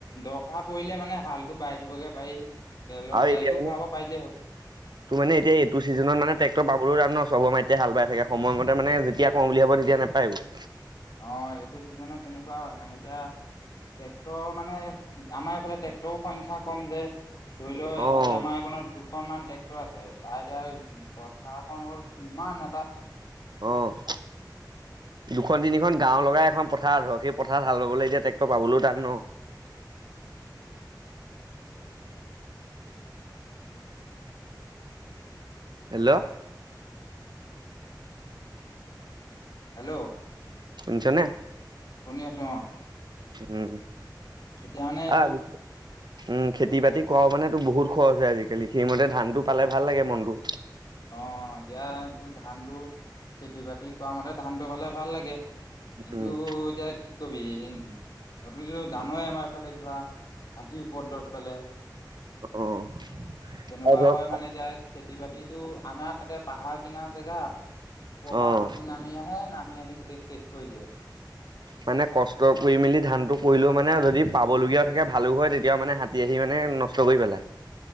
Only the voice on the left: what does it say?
দৰকাৰ পৰিলে মানে হালটো বাই দিবগে পাৰি তেলৰ
তেলটো
ভৰাব পাৰিলেই হ'ল
অ', এইটো চিজনত তেনেকুৱা হয় মানে এতিয়া টেক্টৰ মানে আমাৰ এইফালে টেক্টৰৰ সংখ্যা কম যে। ধৰি লও এফাল
আমাৰ এইখনত দুখনমান ট্ৰেক্টৰ আছে তাৰ এতিয়া কথা এখন হ'ল ইমান এটা
হেল্ল'!
শুনি আছো অ'।
এতিয়া মানে এইটো
অ', এতিয়া ধান টো খেতি বাতি কৰা মতে ধানটো পালে ভাল লাগে। কিন্তু
এতিয়া কি কবি, <unintelligible> জানেই আমাৰ এফালে কিবা হাতী উপদ্ৰৱ চলে।
তেনেকুৱা
হয় মানে এতিয়া খেতি বাতি এইটো আমাৰ তাতে পাহাৰ কিনাৰ জেগা কৰবা
হাতী নামি আহে নামি আহি গোটেই শেষ কৰি দিয়ে।